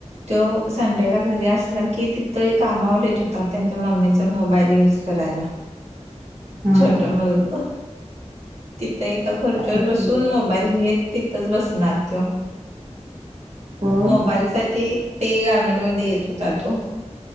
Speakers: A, on the right (about 60°); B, on the right (about 80°).
A: तो संडेला घरी असला कि, तिथं कामावर येत होत ता, त्यांच्या मम्मीचा मोबाईल युज करायला.
B: हा
A: छोट
B: हा
A: मुलग, तिथं एका खुर्च्यीवर
B: आताची
A: बसून
B: मुलं
A: मो बाईल घेत तिथच बसणार तो
B: हो
A: मोबाईल साठी ते गारमेंटमध्ये येत होता तो